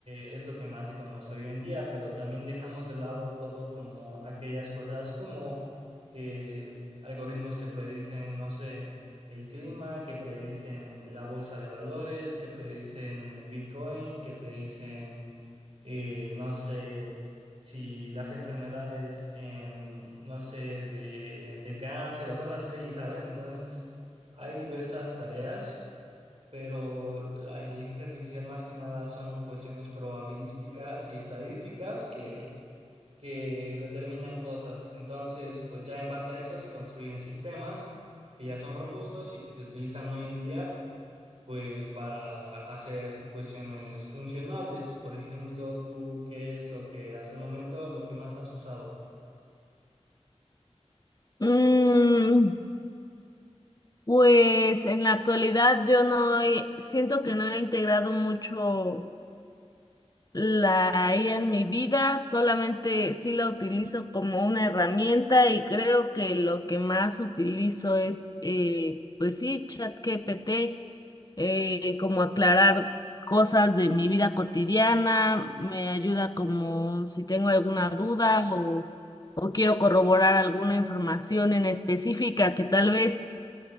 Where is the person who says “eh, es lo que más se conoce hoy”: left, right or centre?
Right